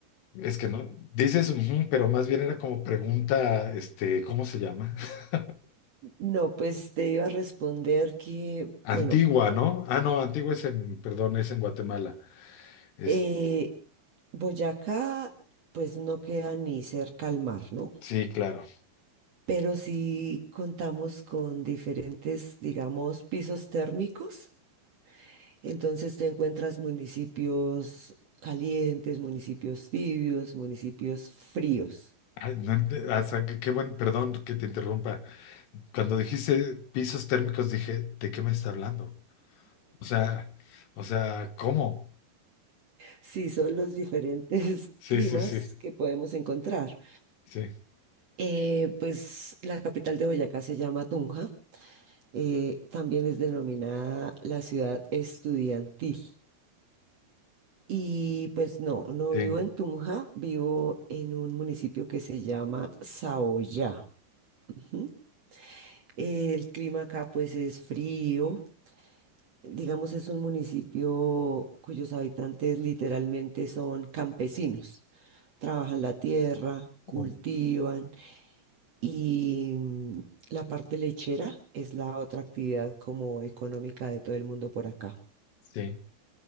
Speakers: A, on the left; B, on the right.
A: Es que no, dices, "Ujú", pero más bien era como pregunta, este, ¿cómo se llama? <laughs>
B: No, pues te iba a responder que,
A: Antigua,
B: bueno,
A: ¿no? Ah, no, Antigua es en, perdón, es en Guatemala. Es,
B: eh, Boyacá, pues no queda ni cerca al mar, ¿no?
A: sí, claro.
B: Pero sí contamos con diferentes, digamos, pisos térmicos. Entonces te encuentras municipios calientes, municipios tibios, municipios fríos.
A: Ay, no ent- o sea, qué qué buen, perdón que te interrumpa. Cuando dijiste pisos térmicos, dije, ¿de qué me está hablando? O sea, o sea, ¿cómo?
B: Sí, son los diferentes <laughs>
A: Sí,
B: climas
A: sí, sí,
B: que podemos encontrar.
A: sí,
B: Eh, pues la capital de Boyacá se llama Tunja, eh, también es denominada la ciudad estudiantil. Y pues no, no
A: sí,
B: vivo en Tunja, vivo en un municipio que se llama Saoyá. Ujú. El clima acá pues es frío, digamos es un municipio cuyos habitantes literalmente son campesinos, trabajan la tierra, cultivan.
A: um,
B: Y mm, la parte lechera es la otra actividad como económica de todo el mundo por acá.
A: sí,